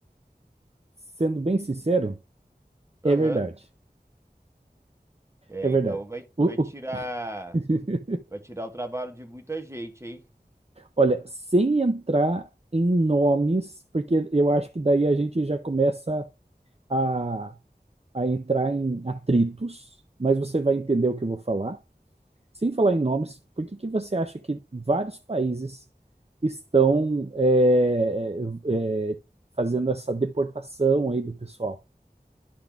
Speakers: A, on the right; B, on the right.
A: Sendo bem sincero, é
B: Aham.
A: verdade.
B: É,
A: É verdade.
B: então vai,
A: O-
B: vai tirar
A: o- <laughs>
B: vai tirar o trabalho de muita gente, hein?
A: olha, sem entrar em nomes, porque eu acho que daí a gente já começa a, a entrar em atritos, mas você vai entender o que eu vou falar. Sem falar em nomes, por que que você acha que vários países estão é, é, fazendo essa deportação aí do pessoal?